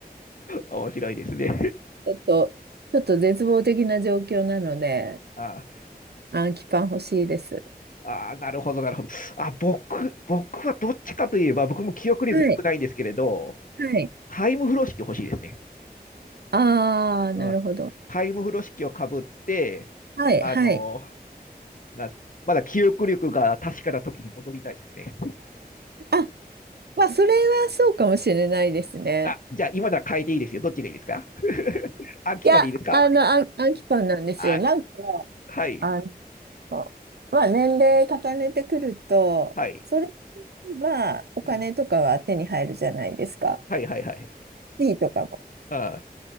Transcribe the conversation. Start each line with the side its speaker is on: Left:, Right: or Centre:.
Left: 面白いですね。
Right: ちょっと、ちょっと絶望的な状況なので、
Left: <laughs> あ
Right: アンキパン欲しいです。
Left: あなるほど、なるほど。あ、僕、僕はどっちかといえば、僕も記憶力良くないんですけれど、
Right: はい、はい。
Left: タイム風呂敷欲しいですね。
Right: ああ、なるほど。
Left: うん、タイム風呂敷をかぶって、
Right: はい、
Left: あの
Right: はい。
Left: なんすか、まだ記憶力が確かな時に戻りたいですね。
Right: あ、まあ、それはそうかもしれないですね。
Left: あ、じゃあ今なら変えていいですよ。どっちがいいですか <laughs> あ、決までいいですか
Right: いや、あの、アン、アンキパンなんですよ。
Left: あ、
Right: なんか、
Left: はい。
Right: あの、まあ、年齢重ねてくると、
Left: はい。
Right: それはお金とかは手に入るじゃないですか。
Left: うん。はいはいはい。
Right: 地位とかも。
Left: あ